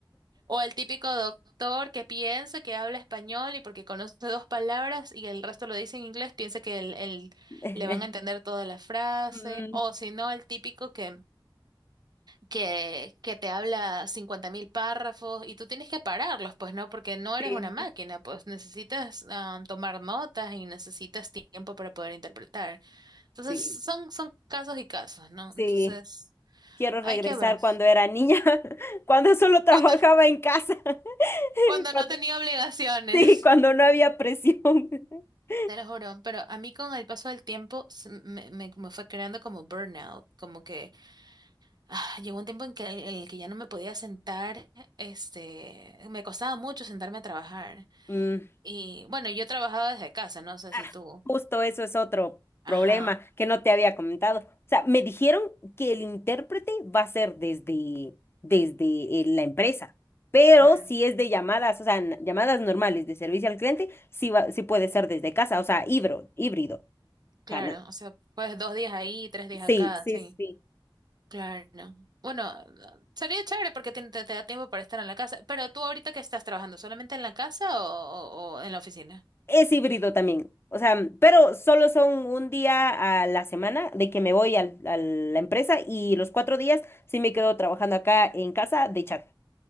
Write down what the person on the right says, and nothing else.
O el típico doctor que piensa que habla español y porque conoce dos palabras y el resto lo dice en inglés, piensa que el, el-
le van a entender toda la frase.
O si no, el típico que, que, que te habla cincuenta mil párrafos y tú tienes que pararlos, pues no, porque no
eres una máquina, pues necesitas ah, tomar notas y necesitas tiempo para poder interpretar. Entonces,
son, son casos y casos, ¿no?
Entonces,
hay que ver.
Cuando,
cuando
no tenía obligaciones.
Te lo juro, pero a mí con el paso del tiempo se- me, me- me fue creando como burnout, como que ah, llegó un tiempo en que, en el que ya no me podía sentar, este, me costaba mucho sentarme a trabajar.
Y bueno, yo trabajaba desde casa, no sé
si tú.
Ajá,
claro,
claro,
o sea, pues dos días ahí, tres días
acá,
sí,
claro. Bueno, sería chévere porque te, te- te da tiempo para estar en la casa, pero tú ahorita que estás trabajando, ¿solamente en la casa o, o- o en la oficina?